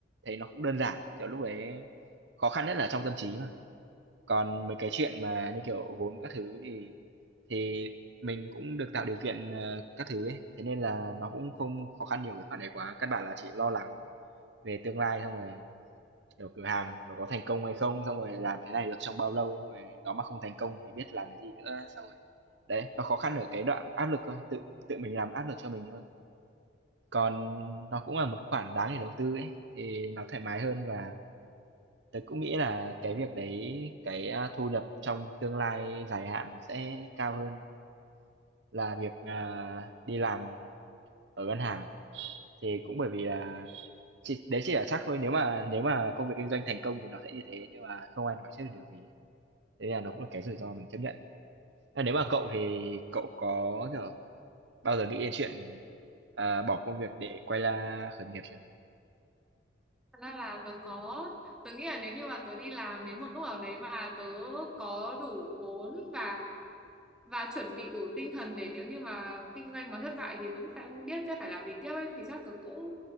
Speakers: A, on the right; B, in the centre.
A: thấy nó cũng đơn giản, kiểu, lúc đấy khó khăn nhất là trong tâm trí mà. Còn mấy cái chuyện mà như kiểu vốn các thứ thì thì mình cũng được tạo điều kiện, ờ, các thứ ấy, thế nên là nó cũng không khó khăn nhiều về khoản đấy quá, căn bản là chỉ lo lắng về tương lai xong rồi Kiểu cửa hàng nó có thành công hay không, xong rồi làm thế này được trong bao lâu, xong rồi nó mà không thành công thì biết làm cái gì nữa, xong rồi đấy, nó khó khăn ở cái đoạn áp lực thôi, tự tự mình làm áp lực cho mình thôi. Còn nó cũng là một khoản đáng để đầu tư ấy, thì nó thoải mái hơn và tớ cũng nghĩ là cái việc đấy, cái à, thu nhập trong tương lai dài hạn nó sẽ cao hơn là việc à, đi làm ở ngân hàng. Thì cũng bởi vì là chỉ, đấy chỉ là chắc thôi nếu mà nếu mà công việc kinh doanh thành công thì nó sẽ như thế nhưng mà không ai nói trước được điều gì Thế là nó cũng là cái rủi ro mình chấp nhận. Thế nếu mà cậu thì cậu có, kiểu, bao giờ nghĩ đến chuyện, à, bỏ công việc để quay ra khởi nghiệp chưa?
B: Thật ra là tớ có tớ nghĩ là nếu như mà tớ đi làm đến một lúc nào đấy mà tớ có đủ vốn và và chuẩn bị đủ tinh thần để nếu như mà kinh doanh mà thất bại thì vẫn phải biết sẽ phải làm gì tiếp ấy thì chắc tớ cũng